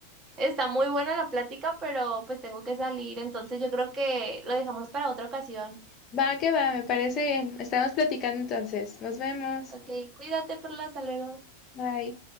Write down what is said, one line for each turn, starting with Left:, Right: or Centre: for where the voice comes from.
Right: Está muy buena la plática, pero pues tengo que salir, entonces yo creo que lo dejamos para otra ocasión.
Left: Va que va, me parece bien. Estamos platicando entonces. Nos vemos.
Right: Ok, cuídate, Perla, hasta luego.
Left: Bye.